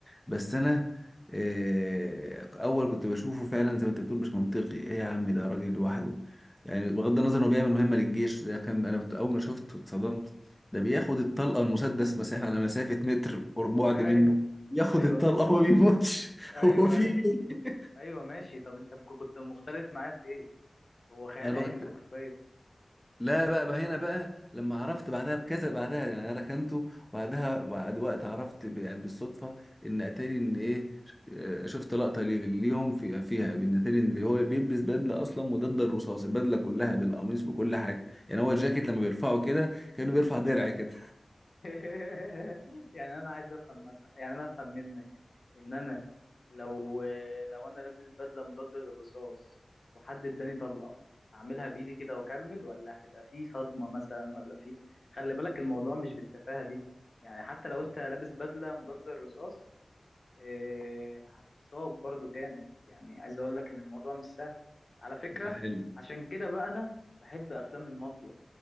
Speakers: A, in the centre; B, on the left.
A: بس انا آه، اول كنت بشوفه فعلا زي ما انت بتقول مش منطقي ايه يا عم ده راجل لوحده يعني بغض النظر انه بيعمل مهمه للجيش ده كان انا كنت اول ما شفته اتصدمت ده بياخد الطلقه المسدس مسافه على مسافه متر بعد
B: ايوه
A: منه ياخد
B: ايوه
A: الطلقه وما بيموتش <laughs>
B: ايوه
A: هو في
B: ايوه
A: إيه؟
B: ايوه ماشي طب انت مك- كنت مختلف معايا في ايه هو خيال
A: انا بقى
B: علمي حرفيا
A: لا بقى بقى هنا بقى لما عرفت بعدها بكذا بعدها يعني انا ركنته وبعدها بعد وقت عرفت ب- يعني بالصدفه ان اتاري ان ايه آه، شفت لقطه ليه- ليهم في فيها بان اتاري ان هو بيلبس بدله اصلا مضاده للرصاص البدله كلها بالقميص بكل حاجه يعني هو الجاكيت لما بيرفعه كده كانه بيرفع درع كده
B: <laughs> يعني انا عايز افهم يعني انا افهم منك ان انا لو لو انا لابس بدله مضاده للرصاص وحد اداني طلقه هعملها بايدي كده واكمل ولا هتبقى في صدمه مثلا ولا في خلي بالك الموضوع مش بالتفاهه دي يعني حتى لو انت لابس بدله مضاده للرصاص إيه، هتتصاب برضو جامد يعني عايز اقول لك ان الموضوع مش سهل على فكرة
A: <laughs> حلو
B: عشان كده بقى انا بحب افلام المافيا